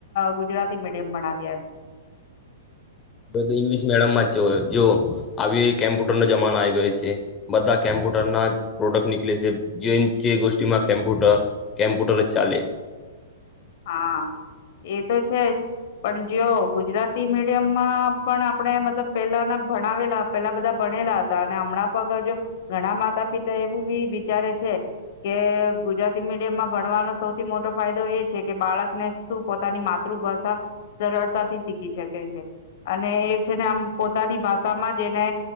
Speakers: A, on the left (about 55°); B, on the left (about 25°).
A: ગુજરાતી મીડિયમણ્યા એમ
B: બધું ઇંગ્લિશ મીડિયમમાં જ જો આવી કેમ્પ્યુટર નો જમાનો આવી ગયો છે બધા કેમ્પ્યુટર ના પ્રોડક્ટ નીકળે છે જે જે ગોષીમાં કેમ્પ્યુટર કેમ્પ્યુટર જ ચાલે
A: હા એ તો છેજ પણ જો ગુજરાતી મીડિયમમાં પણ આપણે મતલબ પેલાના ભણાવેલા પેલા બધા ભણેલા હતા અને હમણાં પગ જો ઘણા માતા પિતા એવું બી વિચારે છે કે ગુજરાતી મીડિયમમાં ભણવાનો સૌથી મોટો ફાયદો એ છે. બાળકને શું પોતાની માતૃભાષા સરળતાથી શીખી શકે છે અને એ છે ને આમ પોતાની ભાષામાં જેને